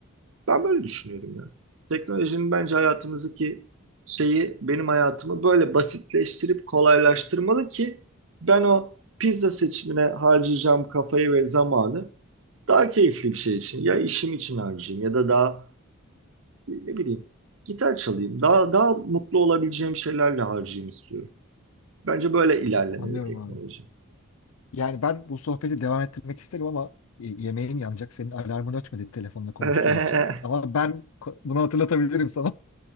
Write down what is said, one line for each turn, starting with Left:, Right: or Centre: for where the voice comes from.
Right: Ben böyle düşünüyorum ya. Teknolojinin bence hayatımızdaki şeyi benim hayatımı böyle basitleştirip kolaylaştırmalı ki ben o pizza seçimine harcayacağım kafayı ve zamanı daha keyifli bir şey için ya işim için harcayayım ya da daha ne bileyim gitar çalayım. Daha daha mutlu olabileceğim şeylerle harcayayım istiyorum. Bence böyle ilerlemeli
Left: Anlıyorum
Right: teknoloji.
Left: abi. Yani ben bu sohbeti devam ettirmek isterim ama e, yemeğin yanacak. Senin alarmın ötmedi telefonla konuştuğun
Right: <laughs>
Left: için. Ama ben ko- bunu hatırlatabilirim sana.